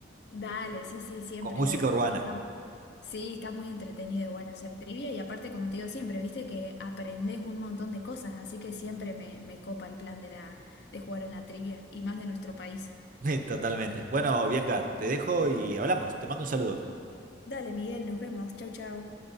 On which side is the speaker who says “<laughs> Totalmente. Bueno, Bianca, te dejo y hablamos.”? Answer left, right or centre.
Right